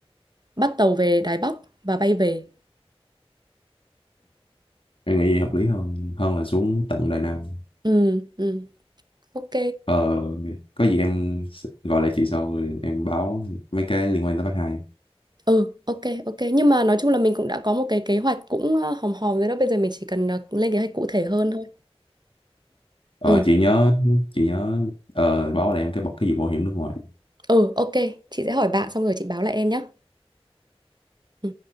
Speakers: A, on the right (about 45°); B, on the left (about 60°).
A: bắt tàu về Đài Bắc và bay về
B: em nghĩ gì hợp lý hơn hơn là xuống tận Đài Nam
A: ừ ừ ok
B: ờ, có gì em s- gọi lại chị sau rồi em báo mấy cái liên quan tới bác hai
A: ừ ok ok nhưng mà nói chung là mình cũng đã có một cái kế hoạch cũng ờ, hòm hòm rồi đó bây giờ mình chỉ cần ờ, lên kế hoạch cụ thể hơn thôi
B: ờ,
A: ừ
B: chị nhớ chị nhớ ờ, báo lại em cái bọc cái vụ bảo hiểm nước ngoài
A: ừ ok chị sẽ hỏi bạn xong rồi chị báo lại em nhé ừ